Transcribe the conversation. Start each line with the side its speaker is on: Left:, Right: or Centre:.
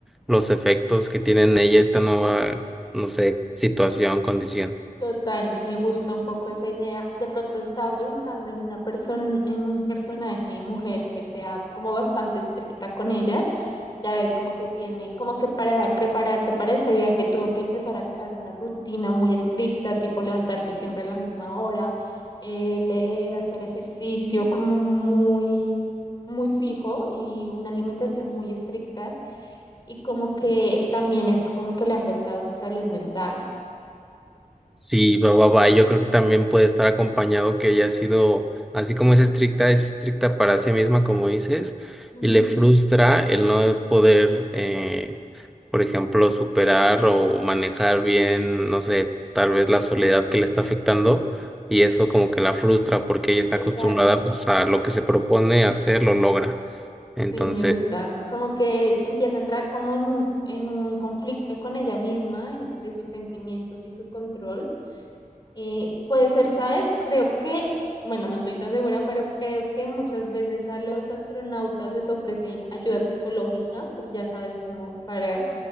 Centre: los efectos que tiene en ella esta nueva, no sé, situación, condición.
Left: Total, me gusta un poco esa idea. De pronto estaba pensando en una persona, en un personaje mujer que sea como bastante estricta con ella. Ya ves, como que tiene, como que para prepararse para ese viaje tuvo que empezar a crear una rutina muy estricta, tipo levantarse siempre a la misma hora, eh, leer, hacer ejercicio, como muy, muy fijo y una alimentación muy estricta. Y como que también esto como que le ha afectado su salud mental.
Centre: Sí, va, va, va. Yo creo que también puede estar acompañado que ella ha sido, así como es estricta, es estricta para sí misma, como dices,
Left: Ujú.
Centre: y le frustra el no poder, eh, por ejemplo, superar o manejar bien, no sé, tal vez la soledad que le está afectando, y eso como que la frustra porque ella está
Left: Total.
Centre: acostumbrada pues a lo que se propone hacer, lo logra. Entonces,
Left: Sí, me gusta. Como que empieza a entrar como en un, en un conflicto con ella misma, entre sus sentimientos y su control. Eh, puede ser, ¿sabes? Creo que, bueno, no estoy tan segura, pero creo que muchas veces a los astronautas les ofrecen ayuda psicológica, pues ya sabes, como para